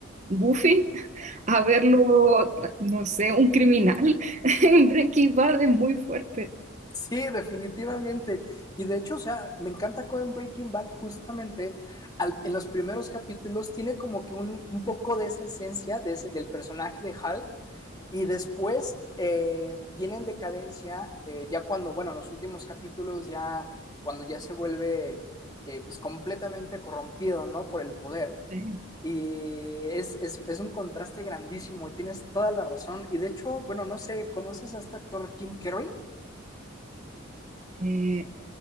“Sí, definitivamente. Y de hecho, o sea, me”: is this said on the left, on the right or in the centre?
Left